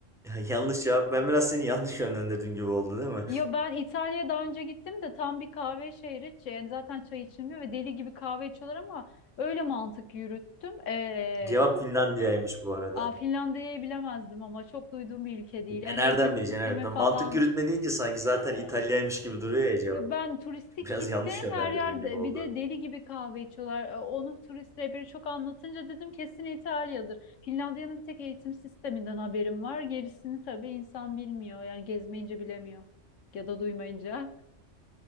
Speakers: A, in the centre; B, on the left (about 80°).
A: Ya yanlış cevap. Ben biraz seni yanlış yönlendirdim gibi oldu değil mi?
B: Ya ben İtalya'ya daha önce gittim de tam bir kahve şehri. Ç- Yani zaten çay içilmiyor ve deli gibi kahve içiyorlar ama öyle mantık yürüttüm. Ee,
A: <laughs> Cevap Finlandiya'ymış bu arada.
B: aa, Finlandiya'yı bilemezdim ama çok duyduğum bir ülke değil. Yani
A: E nereden
B: eğitim
A: bileceksin?
B: sistemi
A: Evet, ben
B: falan.
A: mantık yürütme deyince sanki zaten
B: ah,
A: İtalya'ymış gibi duruyor ya cevap.
B: Ya ben turistik
A: Biraz
B: gittim
A: yanlış yönlendirdiğin
B: her yerde
A: gibi oldu.
B: bir de deli gibi kahve içiyorlar. E, Onu turist rehberi çok anlatınca dedim kesin İtalya'dır. Finlandiya'nın bir tek eğitim sisteminden haberim var. Gerisini tabii insan bilmiyor. Yani gezmeyince bilemiyor. Ya da duymayınca.